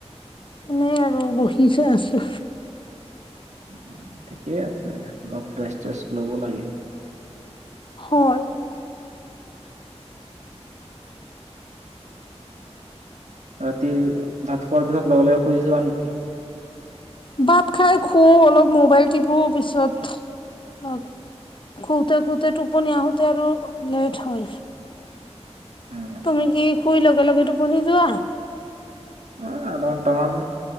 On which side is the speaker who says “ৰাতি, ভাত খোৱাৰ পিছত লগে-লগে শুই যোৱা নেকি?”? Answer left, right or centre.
Right